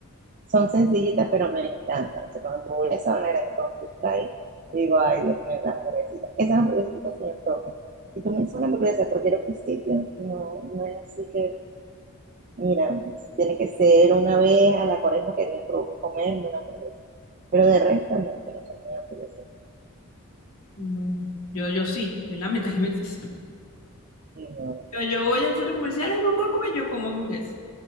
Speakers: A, on the right; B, on the left.
A: son sencillitas, pero me encantan. O sea, cuando tú voy a Sabana Grande con tu ahí, y digo, ay, Dios mío, las hamburguesitas. Esas hamburguesitas se me propias. Si tú me dices una hamburguesa de cualquier otro sitio, no, no es así que, mira, tiene que ser una vez a la cuaresma que me provoque comerme una hamburguesa. Pero de resto, no, que no soy muy hamburguesa.
B: No, yo, yo sí, yo lamentablemente sí.
A: Y no,
B: Yo, yo voy al centro comercial y vamos a comer, yo como hamburguesa.